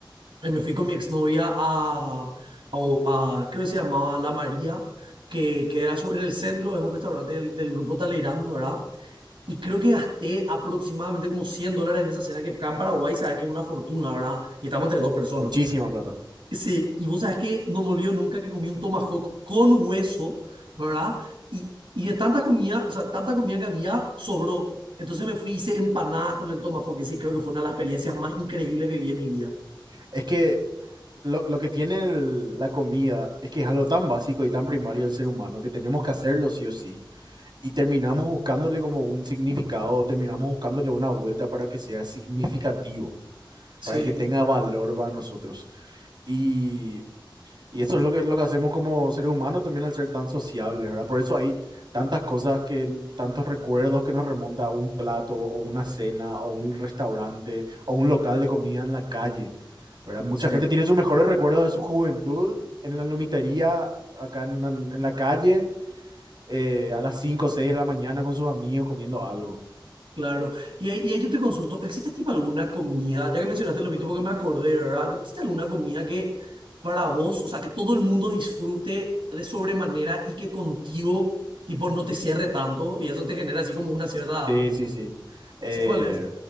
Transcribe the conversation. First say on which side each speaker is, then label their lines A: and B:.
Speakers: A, on the right; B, on the right.
A: eh, Me fui con mi exnovia a, o a, creo que se llamaba La María, que, que era sobre en el centro, es un restaurante del, del grupo Talleyrand, ¿verdad? Y creo que gasté aproximadamente como 100 dólares en esa cena, que acá en Paraguay sabes que es una fortuna, ¿verdad? Y estamos entre dos personas.
B: muchísima plata.
A: Sí, y vos sabes que no me olvido nunca que comí un tomahawk con hueso, ¿verdad? Y, y de tanta comida, o sea, tanta comida que había, sobró. Entonces me fui, hice empanadas con el tomahawk, que sí, creo que fue una de las experiencias más increíbles que viví en mi vida.
B: Es que lo, lo que tiene el- la comida es que es algo tan básico y tan primario del ser humano que tenemos que hacerlo sí o sí y terminamos buscándole como un significado o terminamos buscándole una vuelta para que sea significativo,
A: Sí,
B: para que tenga valor para nosotros. Y y eso es lo que, lo que hacemos como seres humanos también al ser tan sociables, ¿verdad? Por eso hay tantas cosas que, tantos recuerdos que nos remonta a un plato o una cena o un restaurante o un local de comida en la calle, ¿verdad? Mucha
A: sí.
B: gente tiene sus mejores recuerdos de su juventud en la lomitería, acá en, en la calle, eh, a las 5 o 6 de la mañana con sus amigos comiendo algo.
A: Claro. Y ahí, y ahí yo te consulto, ¿existe tipo alguna comida, ya que mencionaste lo mismo porque me acordé, ¿verdad? Tipo, ¿existe alguna comida que para vos, o sea, que todo el mundo disfrute de sobremanera y que contigo, tipo, no te cierre tanto y eso te genera así como una cierta...
B: Sí, sí, sí. Eh,
A: ¿Sí, cuál es?